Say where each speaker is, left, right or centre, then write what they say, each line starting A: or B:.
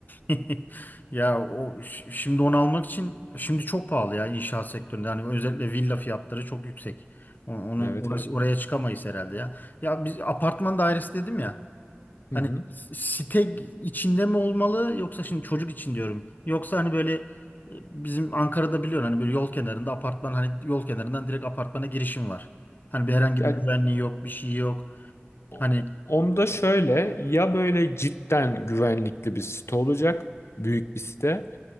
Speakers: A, on the left (about 45°); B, on the left (about 80°).
A: <laughs> ya o ş- şimdi onu almak için şimdi çok pahalı ya inşaat sektöründe. yani özellikle villa fiyatları çok yüksek. O- Onu
B: Evet
A: orası,
B: evet.
A: oraya çıkamayız herhalde ya. Ya biz apartman dairesi dedim ya.
B: Hı
A: Hani
B: hı.
A: site içinde mi olmalı yoksa şimdi çocuk için diyorum. Yoksa hani böyle e, bizim Ankara'da biliyorsun hani böyle yol kenarında apartman hani yol kenarından direkt apartmana girişim var. Hani bir herhangi
B: Ya
A: bir güvenliği yok, bir şey yok.
B: o-
A: Hani
B: onda şöyle ya böyle cidden güvenlikli bir site olacak. Büyük bir site.